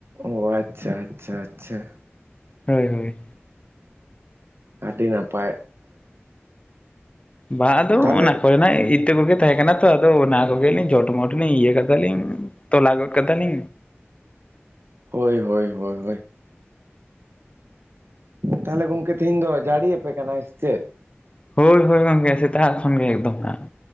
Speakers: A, on the right; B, on the left.
A: ᱚ ᱟᱪᱪᱷᱟ ᱟᱪᱪᱷᱟ ᱟᱪᱪᱷᱟ
B: ᱦᱳᱭ ᱦᱳᱭ
A: ᱟᱹᱰᱤ ᱱᱟᱯᱟᱭ
B: ᱵᱟ ᱟᱫᱚ
A: ᱛᱟᱦᱚᱞᱮ
B: ᱚᱱᱟ ᱠᱚᱨᱮᱱᱟᱜ ᱤᱛᱟᱹ ᱠᱚᱜᱮ ᱛᱟᱦᱮᱸ ᱠᱟᱱᱟ ᱛᱚ ᱟᱫᱚ ᱚᱱᱟ ᱠᱚᱜᱮ ᱞᱤᱧ ᱪᱚᱴ ᱢᱚᱴ ᱞᱤᱧ ᱤᱭᱟᱹ ᱠᱟᱫᱟᱞᱤᱧ ᱛᱚᱞᱟᱜᱚᱫ ᱠᱟᱫᱟᱞᱤᱧ᱾
A: ᱦᱳᱭ ᱦᱳᱭ ᱦᱳᱭ ᱦᱳᱭ ᱛᱟᱸᱦᱚᱞᱮ ᱜᱚᱝᱠᱮ ᱛᱦᱮᱧ ᱫᱚ ᱡᱟᱹᱲᱤᱭᱟ ᱟᱯᱮ ᱠᱟᱱᱟᱭ ᱥᱮᱪᱮᱫ?
B: ᱦᱳᱭ ᱦᱳᱭ ᱜᱚᱢᱠᱮ ᱥᱮᱛᱟᱜ ᱠᱷᱚᱱ ᱜᱮ ᱮᱠᱫᱚᱢ ᱦᱟᱸᱜ,